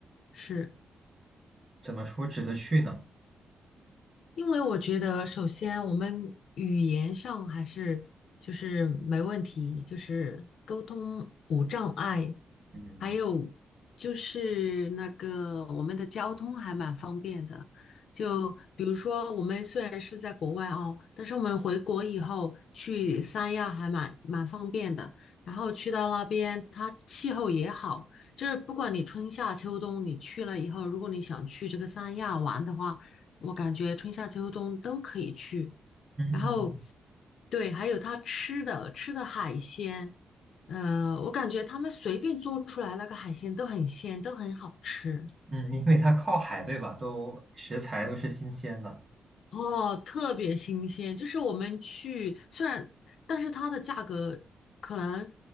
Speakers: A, on the left; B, on the right.
A: 是。
B: 怎么说值得去呢？
A: 因为我觉得，首先我们语言上还是就是没问题，就是沟通无障碍，
B: 嗯
A: 还有就是那个我们的交通还蛮方便的。就比如说，我们虽然是在国外哦，但是我们回国以后去三亚还蛮蛮方便的。然后去到那边，它气候也好，就是不管你春夏秋冬，你去了以后，如果你想去这个三亚玩的话，我感觉春夏秋冬都可以去。
B: 嗯
A: 然后，对，还有他吃的吃的海鲜，呃，我感觉他们随便做出来那个海鲜都很鲜，都很好吃。
B: 嗯，因为它靠海，对吧？都食材都是新鲜的。
A: 哦，特别新鲜，就是我们去，虽然，但是它的价格可能，